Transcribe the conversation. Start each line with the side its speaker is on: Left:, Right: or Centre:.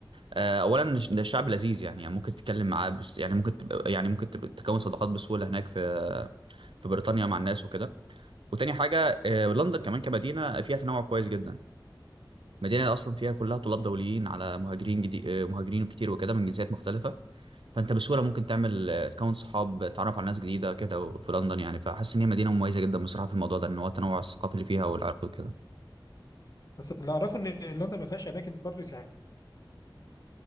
Right: أه اولا ش- ده الشعب لذيذ يعني, يعني ممكن تتكلم معاه بس يعني ممكن تبقى يعني ممكن تبقى تكون صداقات بسهوله هناك في في بريطانيا مع الناس وكده وتاني حاجه أه لندن كمان كمدينه فيها تنوع كويس جدا مدينة أصلا فيها كلها طلاب دوليين على مهاجرين جديد مهاجرين كتير وكده من جنسيات مختلفة فأنت بسهولة ممكن تعمل آه، تكون صحاب تتعرف على ناس جديدة كده في لندن يعني فحاسس إن هي مدينة مميزة جدا بصراحة في الموضوع ده إن هو التنوع الثقافي اللي فيها والعرقي وكده
Left: بس اللي اعرفه ان لندن ما فيهاش اماكن برضه سياحيه